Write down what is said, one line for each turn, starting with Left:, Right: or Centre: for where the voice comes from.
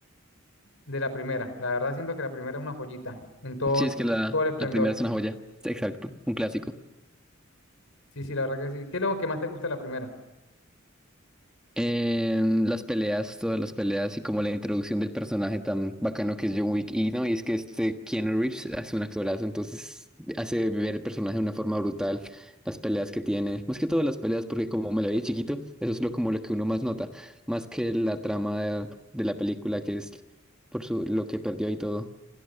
Left: de la primera. La verdad siento que la primera es una joyita en todo,
Centre: Sí, es que la,
Left: todo el esplendor.
Centre: la primera es una joya. Exacto, un clásico.
Left: Sí, sí, la verdad que sí. ¿Qué es lo que más te gusta de la primera?
Centre: En las peleas, todas las peleas y como la introducción del personaje tan bacano que es John Wick. Y no, y es que este Keanu Reeves hace un actorazo, entonces hace ver el personaje de una forma brutal. Las peleas que tiene, más que todas las peleas, porque como me la vi de chiquito, eso es lo, como lo que uno más nota, más que la trama de, de la película, que es por su, lo que perdió y todo.